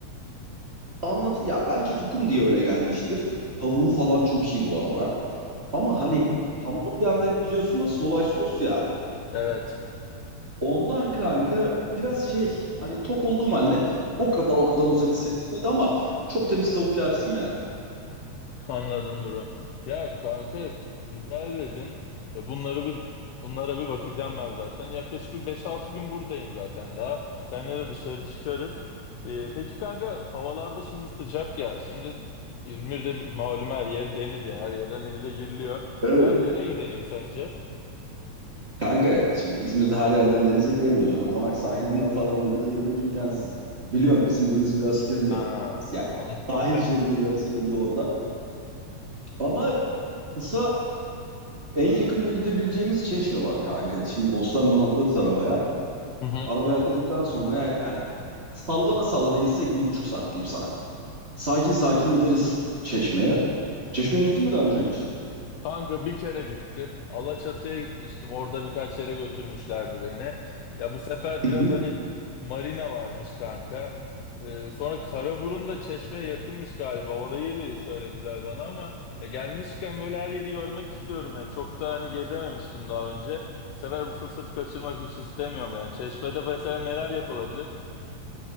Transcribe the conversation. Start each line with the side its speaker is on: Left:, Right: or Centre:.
Right: Anlat ya belki tokum diye öyle gelmiştir. Tavuğu falan çok iyi bu arada. Ama hani hamburgerde biliyorsun asıl olay sos ya.
Left: evet.
Right: Ondan kanka biraz şey hani tok olduğum halde o kadar o kadar özel hissettirmedi ama çok temiz tavuk yersin yani.
Left: Anladım bro. Ya kanka güzel dedin. Ya bunları bir bunlara bir bakacağım ben zaten. Yaklaşık bir beş altı gün buradayım zaten daha. Seninle de dışarı çıkarız. Ee, peki kanka havalarda şimdi sıcak ya. Şimdi İzmir'de malum her yer deniz yani her yerden denize giriliyor.
Right: Evet.
Left: Ne, nereye gidelim sence?
Right: Kanka şimdi İzmir'de her yerden denize giremiyoruz. Öyle konak sahilinden falan denize girmek imkansız. Biliyorum bizim deniz biraz kirli.
Left: Aa,
Right: Yani
Left: an-
Right: sahil
Left: <laughs>
Right: şeridi biraz kirli orada. Ama kısa en yakında gidebileceğimiz Çeşme var kanka. Şimdi Bostan'dan atlarız arabaya.
Left: Hı hı.
Right: Arabaya atladıktan sonra ya- yani sallana sallana gitsek bir buçuk saat diyeyim sana. Sakin sakin gideriz Çeşme'ye. Çeşme'ye gittin mi daha önce hiç?
Left: Kanka bir kere gittim. Alaçatı'ya gitmiştim. Orada birkaç yere götürmüşlerdi beni. Ya bu sefer
Right: Hı
Left: biraz
Right: hı.
Left: hani marina varmış kanka. Ee, sonra Karaburun da Çeşme'ye yakınmış galiba. Orayı bir söylediler bana ama ya gelmişken böyle her yeri görmek istiyorum yani. Çok da hani gezememiştim daha önce. Bu sefer bu fırsatı kaçırmak hiç istemiyorum yani. Çeşme'de mesela neler yapılabilir?